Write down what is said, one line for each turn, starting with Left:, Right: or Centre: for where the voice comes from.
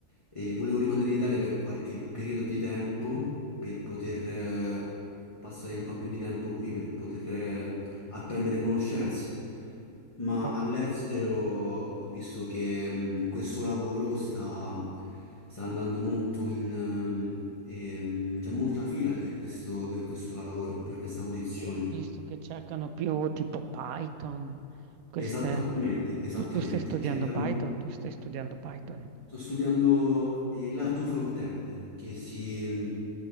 Left: e volevo rimanere in Italia per qualche periodo di tempo per poter eh, passare un po' più di tempo qui, per poter eh, apprendere conoscenze. Ma
Right: Ok.
Left: all'estero ho visto che mh, questo lavoro sta, sta andando molto in... ehm, ehm, c'è molta fila per questo, per questo lavoro, per questa posizione.
Right: Io ho visto che cercano più tipo Python, queste...
Left: Esattamente, esattamente.
Right: Tu, tu stai studiando
Left: Cercano
Right: Python,
Left: più.
Right: tu stai studiando Python.
Left: Sto studiando il lato front-end, che si